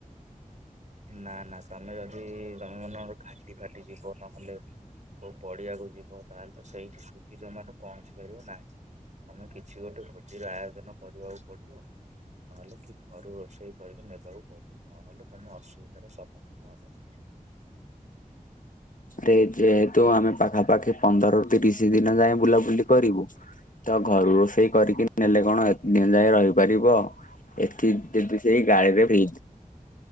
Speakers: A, on the right (about 55°); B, on the left (about 65°).
A: ନା ନା ତମେ ଯଦି ତମେ ମନେକର ଘାଟି ଫାଟି ଯିବ ନହେଲେ କଉ ପଡିିଆକୁ ଯିବ ତାହେଲେ ତ ସେଇଠି ସୁଗି ଜମାଟ ପହଞ୍ଚି ପାରିବ ନାହିଁ। ତମେ କିଛି ଗୋଟେ ଭୋଜିର ଆୟୋଜନ କରିବାକୁ ପଡିବ। ନହେଲେ କି ଘରୁ ରୋଷେଇ କରିକି ନେବାକୁ ପଡିବ ନହେଲେ ତୁମେ ଅସୁବିଧାର ସମ୍ମୁଖୀନ ହବ ସେଠି।
B: ଟେ ଯେହେତୁ ଆମେ ପାଖାପାଖି ପନ୍ଦରରୁ ତିରିଶି ଦିନ ଯାଏ ବୁଲାବୁଲି କରିବୁ ତ ଘରୁ ରୋଷେଇ କରିକି ନେଲେ କଣ ଏ ଦିନ ଯାଏ ରହିପାରିବ ଏଠି ଯଦି ସେଇ ଗାଳିରେ ଫ୍ରିଜ